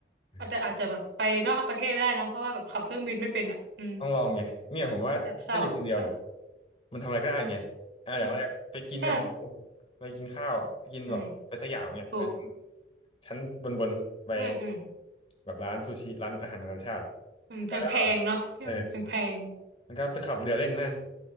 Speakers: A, on the left; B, on the right.
A: เออ
B: แต่อาจจะแบบไปนอกประเทศไม่ได้เนาะเพราะว่าแบบขับเครื่องบินไม่เป็นอ่ะอืม
A: ต้องลองไงเนี่ยผมว่าถ้าอยู่คนเดียวเนี่ย
B: แบบเศร้าเออ
A: มันทำอะไรก็ได้ไงอ่ะอย่างแรกไปกินกัน
B: เออเออ
A: ไปกินข้าวไปกินแบบไปสยามเนี่ยไป
B: อืมถูก
A: ชั้นบนบนไป
B: อืมอืม
A: แบบร้านซูชิ ร้านอาหารนานาชาติ
B: อืมแพงๆเนาะที่มันแพง
A: แล้วก็เออแล้วก็ไปขับเรือเล่นนั่น